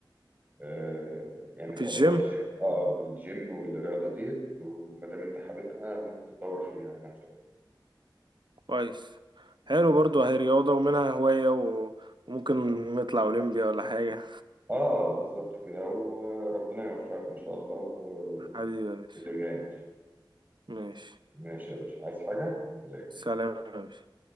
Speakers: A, on the right; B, on the right.
A: آه، يعني تقضي
B: في الجيم
A: وقت اه في الجيم والرياضة ديت وما دام انت حاببها ممكن تطور فيها نفسك
B: كويس حلو برضو هي رياضة ومنها هواية و... وممكن نطلع أولمبيا ولا حاجة
A: اه بالظبط كده وربنا يوفقك ان شاء الله و-
B: حبيبي يا باشا
A: في اللي جاي ماشي
B: ماشي
A: ماشي يا باشا عايز حاجة سلام
B: سلام يا باشا